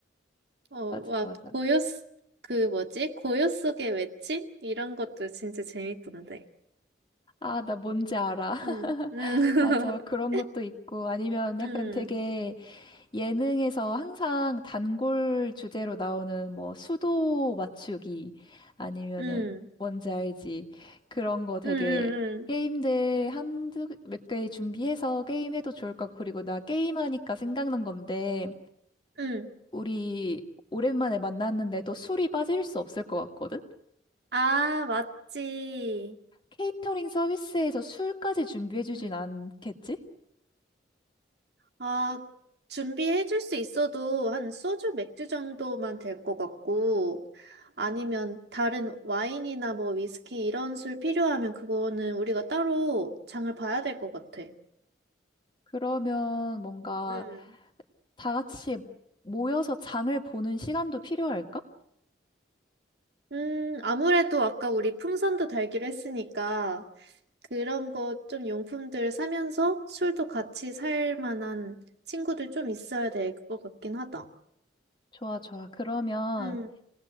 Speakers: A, on the right (about 60°); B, on the left (about 25°).
A: 어,
B: 맞아,
A: 막
B: 맞아.
A: 고요, 스- 그 뭐지? 고요 속의 외침? 이런 것도 진짜 재밌던데.
B: 아, 나 뭔지 알아. <laughs>
A: 응 응
B: 맞아.
A: <laughs>
B: 그런 것도 있고 아니면
A: 응
B: 약간 되게 예능에서 항상 단골 주제로 나오는 뭐 수도 맞추기 아니면은
A: 응
B: 뭔지 알지? 그런 거 되게
A: 응 응 응
B: 게임들 한두 몇 개 준비해서 게임해도 좋을 것 같고 그리고 나 게임하니까 생각난 건데
A: 응
B: 우리 오랜만에 만났는데 또 술이 빠질 수 없을 것 같거든?
A: 아, 맞지.
B: 케이터링 서비스에서 술까지 준비해주진
A: 응.
B: 않겠지?
A: 아, 준비해 줄 수 있어도 한 소주, 맥주 정도만 될 것 같고, 아니면 다른 와인이나 뭐 위스키 이런 술 필요하면 그거는 우리가 따로 장을 봐야 될 것 같아.
B: 그러면 뭔가
A: 음.
B: 다 같이 모여서 장을 보는 시간도 필요할까?
A: 음, 아무래도 아까 우리 풍선도 달기로 했으니까 그런 거 좀 용품들 사면서 술도 같이 살 만한 친구들 좀 있어야 될 것 같긴 하다.
B: 좋아, 좋아. 그러면
A: 음.